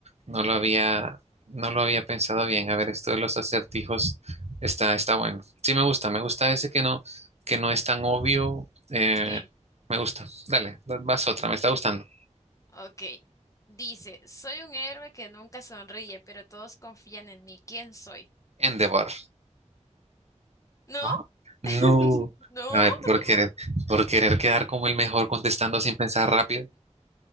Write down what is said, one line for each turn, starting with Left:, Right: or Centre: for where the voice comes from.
Right: no lo había, no lo había pensado bien. A ver, esto de los acertijos está, está bueno. Sí, me gusta, me gusta ese que no, que no es tan obvio. eh,
Left: Sí,
Right: me gusta. Dale, vas otra, me está gustando.
Left: ok. Dice, soy un héroe que nunca sonríe, pero todos confían en mí. ¿Quién soy?
Right: Endeavor.
Left: ¿No?
Right: ¿no? No.
Left: <laughs> No.
Right: A ver, por querer, por querer quedar como el mejor contestando sin pensar rápido.